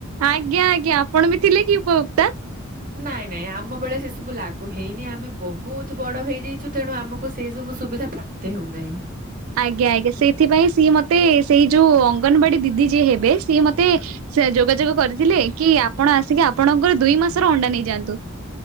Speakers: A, on the right; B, on the right.
A: ଆଜ୍ଞା, ଆଜ୍ଞା। ଆପଣ ବି ଥିଲେ କି ଉପଭୋକ୍ତା।
B: ନାଇଁ ନାଇଁ, ଆମ ବେଳେ ସେସବୁ ଲାଗୁ ହେଇନି ଆମେ ବହୁତ ବଡ଼ ହେଇଯାଇଛୁ ତେଣୁ ଆମକୁ ସେସବୁ ସୁବିଧା ପ୍ରା ପ୍ତ ହେଉ ନାହିଁ।
A: ଆଜ୍ଞା, ଆଜ୍ଞା ସେଇଥିପାଇଁ ସିଏ ମତେ ସେଇ ଯୋଉ ଅଙ୍ଗନବାଡି ଦିଦି ଯିଏ ହେବେ ସିଏ ମତେ ସେ ଯୋଗାଯୋଗ କରିଥିଲେ, କି ଆପଣ ଆସିକି ଆପଣଙ୍କର ଦୁଇ ମାସର ଅଣ୍ଡା ନେଇଯାଆନ୍ତୁ।